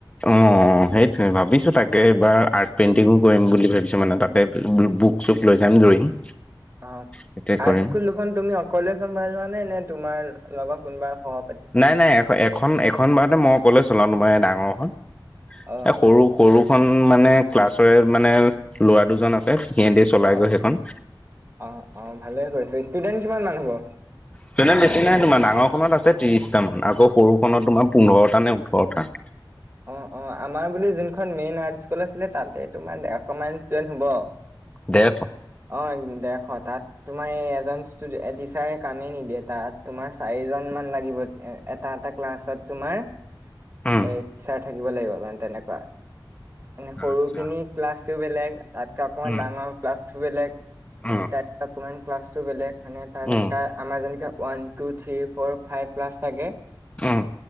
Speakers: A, on the left; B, on the right.
A: অ', অ'। অ', সেই ভাবিছোঁ তাকে এইবাৰ আৰ্ট পেইণ্টিঙো কৰিম বুলি ভাবিছোঁ মানে তাতে বুক চুক লৈ যাম ড্ৰয়িং <inaudible>
B: অ',
A: তাতে
B: আৰ্ট
A: কৰিম
B: স্কুল দুখন তুমি অকলে চম্ভালিবা নে নে তোমাৰ লগত কোনোবা স
A: নাই, নাই এ এখন এখন বাৰতে মই অকলে চলাও তোমাৰ ডাঙৰখন
B: অ
A: এ সৰু, সৰু এখন মানে ক্লাছৰে মানে ল'ৰা দুজন আছে সিহেদি চলাই
B: অ
A: গৈ সেইখন
B: অ', অ', ভালে কৰিছো ষ্টুডেণ্ট কিমান মান হ'ব?
A: হয়। নে বেছি নাই তোমাৰ ডাঙৰখনত আছে ত্ৰিছটামান আকৌ সৰুখনত তোমাৰ পোন্ধৰটা নে ওঠৰটা।
B: হয় <inaudible> অ', অ', আমাৰ বুলি যোনখন মেইন আৰ্ট স্কুল আছিলে তাতে তোমাৰ দেৰশ মাইন ষ্টুডেণ্ট হ'ব।
A: ডেৰশ
B: অ', ডেৰশ তাত তোমাৰ এই এজন ষ্টুড টিচাৰে কামেই নিদিয়ে তাত তোমাৰ চাৰিজন মান লাগিব এটা এটা ক্লাছত তোমাৰ
A: উম
B: এই টিচাৰ থাকিব লাগিব মানে তেনেকুৱা মানে সৰুখিনি
A: আচ্ছা
B: ক্লাছটো বেলেগ তাতকে অকমান
A: উম
B: ডাঙৰ ক্লাছটো বেলেগ
A: উম
B: তাত অকমান ক্লাছটো বেলেগ মানে তাৰ
A: উম
B: যেনেকা আমাৰ যেনেকাে one two three four five plus থাকে
A: উম